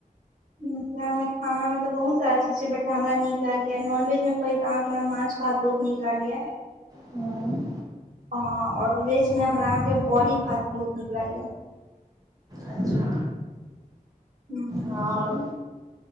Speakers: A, on the right; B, on the right.
A: मिथिला मे खाना मे तऽ बहुत सारा चीज छै। बट हमरा नीक लागेया नॉनवेज मे कही त अहाँ केना माछ। बहुत नीक लागैया।
B: हँ।
A: और वेज में हमरा अहाँ के बड़ी भात बहुत नीक लागेया।
B: अच्छा।
A: हू।
B: आओर।